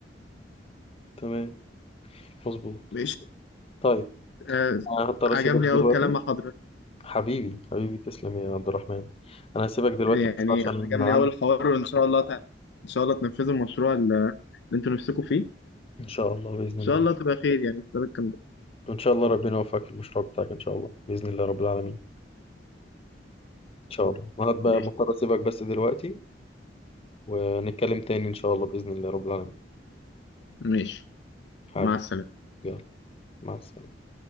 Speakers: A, on the left; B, on the left.
A: تمام مظبوط
B: ماشي
A: طيب
B: آه
A: أنا هضطر
B: عجبني
A: أسيبك دلوقتي
B: قوي الكلام مع حضرتك
A: حبيبي حبيبي تسلم يا عبد الرحمن انا هسيبك دلوقتي
B: يعني
A: بس عشان
B: عجبني
A: عندي
B: أول الحوار وإن شاء الله تع... إن شاء الله تنفذوا المشروع ال- اللي أنتوا نفسكم فيه إن
A: ان شاء الله باذن
B: شاء
A: الله
B: الله تبقى خير يعني تقدروا تكملوا
A: وان شاء الله ربنا يوفقك في المشروع بتاعك ان شاء الله باذن الله رب العالمين ان شاء الله انا بقى
B: ماشي
A: مضطر اسيبك بس دلوقتي ونتكلم تاني ان شاء الله باذن الله رب العالمين
B: ماشي
A: حبيبي
B: مع السلامة
A: يلا مع السلامه